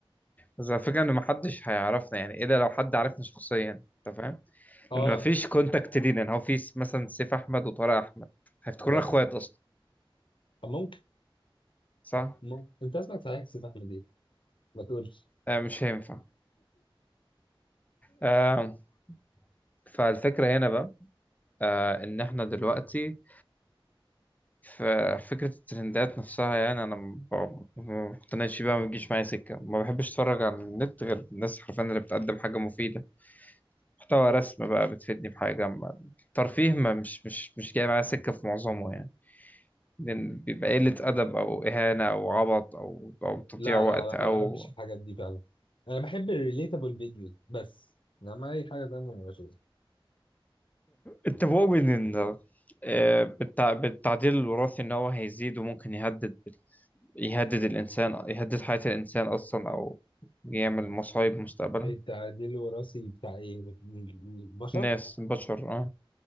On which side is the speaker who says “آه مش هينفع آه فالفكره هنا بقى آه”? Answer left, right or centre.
Left